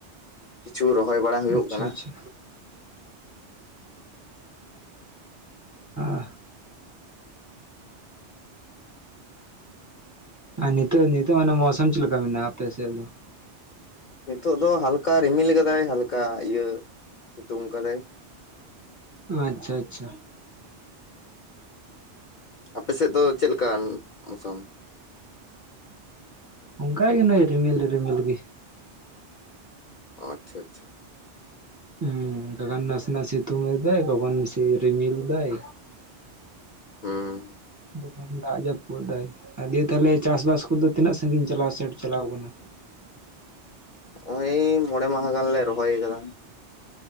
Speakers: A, on the left; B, on the right.
A: ᱠᱤᱪᱷᱩ ᱨᱚᱦᱚᱭ ᱵᱟᱲᱟ ᱦᱩᱭᱩᱜ
B: ᱟᱪᱪᱷᱟ
A: ᱠᱟᱱᱟ
B: ᱟᱪᱪᱷᱟ <unintelligible> ᱟᱨ ᱱᱤᱛᱚᱜ ᱱᱤᱛᱚᱜ ᱢᱟᱱᱮ ᱢᱚᱣᱥᱟᱢ ᱪᱮᱫ ᱞᱮᱠᱟ ᱢᱮᱱᱟᱜᱼᱟ ᱟᱯᱮ ᱥᱮᱫ ᱫᱚ
A: ᱱᱤᱛᱚᱜ ᱫᱚ ᱦᱟᱞᱠᱟ ᱨᱤᱢᱤᱞ ᱟᱠᱟᱫᱟᱭ ᱦᱟᱞᱠᱟ ᱤᱭᱟᱹ ᱥᱤᱛᱩᱝ ᱠᱟᱫᱟᱭ
B: ᱟᱪᱪᱷᱟ ᱟᱪᱪᱷᱟ
A: ᱟᱯᱮᱥᱮᱫ ᱫᱚ ᱪᱮᱫ ᱞᱮᱠᱟᱱ ᱢᱚᱥᱟᱢ
B: ᱚᱱᱠᱟ ᱜᱮ ᱱᱚᱜᱼᱚᱭ ᱨᱤᱢᱤᱞ ᱨᱤᱢᱤᱞ ᱜᱤ
A: ᱟᱪᱪᱷᱟ ᱟᱪᱪᱷᱟ
B: ᱦᱩᱸ ᱠᱟᱠᱷᱟᱱ ᱱᱟᱥᱮᱱᱟᱜ ᱥᱤᱛᱩᱝ ᱮᱫᱟᱭ ᱠᱚᱠᱷᱚᱱ ᱥᱮ ᱨᱤᱢᱤᱞ ᱫᱟᱭ
A: ᱦᱮᱸ
B: ᱛᱚᱠᱷᱚᱱ ᱫᱟᱜ ᱡᱟᱹᱯᱩᱫ ᱫᱟᱭ ᱫᱤᱭᱟᱹ ᱛᱟᱦᱞᱮ ᱪᱟᱥᱵᱟᱥ ᱠᱚᱫᱚ ᱛᱤᱱᱟᱹᱜ ᱥᱟᱹᱜᱤᱧ ᱪᱟᱞᱟᱣ ᱥᱮᱴ ᱪᱟᱞᱟᱣ ᱠᱟᱱᱟ
A: ᱱᱚᱜᱼᱚᱸᱭ ᱢᱚᱬᱮ ᱢᱟᱦᱟ ᱜᱟᱱᱞᱮ ᱨᱚᱦᱚᱭ ᱟᱠᱟᱫᱟ